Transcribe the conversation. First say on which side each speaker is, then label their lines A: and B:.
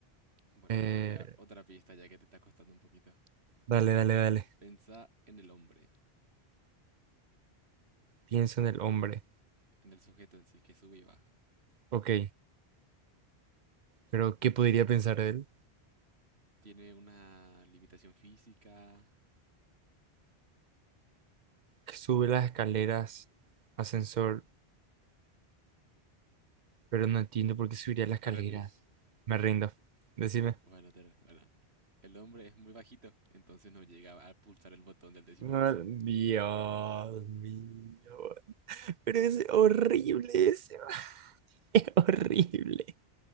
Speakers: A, on the right; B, on the right.
A: Bueno,
B: Eh,
A: ahora te da otra pista ya que te está costando un poquito.
B: dale, dale, dale.
A: Pensá en el hombre,
B: Pienso en el hombre.
A: en el sujeto en sí, que sube y baja.
B: Ok, pero ¿qué podría pensar de él?
A: ¿Tiene una limitación física?
B: Que sube las escaleras, ascensor, pero no entiendo por qué subiría las escaleras.
A: ¿Te rendís?
B: Me rindo. Decime.
A: Bueno, te, bueno. El hombre es muy bajito, entonces no llega a pulsar el botón del décimo
B: No,
A: piso.
B: Dios
A: <laughs>
B: mío. Pero es horrible ese. <laughs> Es horrible.